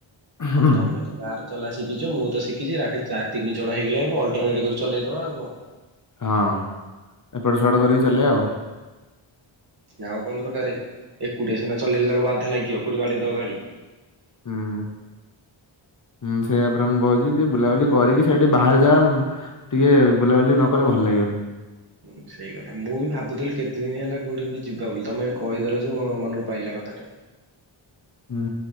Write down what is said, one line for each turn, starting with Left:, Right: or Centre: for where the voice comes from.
Right: ହଁ
Left: ହୁଁ।
Right: ତମେ ତ କାର ଚଲା ଶିଖିଚୁ ମୁଁ ତ ଶିଖିଚି ରାକେଶ ତିନି ଜଣ ହେଇଗଲେ ଅଲଟରନେଟ୍ କରି ଚଲେଇଦବା ଆଉ କଣ।
Left: ହଁ ଏପଟ ସେପଟ କରିକି ଚଲେଇବା ଆଉ।
Right: ଆଉ କଣ ଦରକାରେ। ଏକୁଟିଆ ସିନା ଚଲେଇଲା ବେଳକୁ ବାଧା ଲାଗିବ କୋଉଠି ବାଡେଇ ଦବ ଗାଡ଼ି।
Left: ହୁଁ ହୁଁ ସେଇଆ ପରା ମୁଁ କହୁଛି। ଟି ବୁଲାବୁଲି କରିକି ସେଇଠି ବାହାର ଜା ଟିକେ ବୁଲାବୁଲି ନ କଲେ ଭଲ ଲାଗିବନି।
Right: ହୁଁ ସେଇ କଥା ମୁଁ ବି ଭାବୁଥିଲି କେତେ ଦିନ ହେଲା କୋଉଠି ଗୋଟେ ଯିବା ବୋଲି ତମେ କହିଦେଲ ଯୋଉ ମନକୁ ପାଇଲା କଥାଟା।
Left: ହୁଁ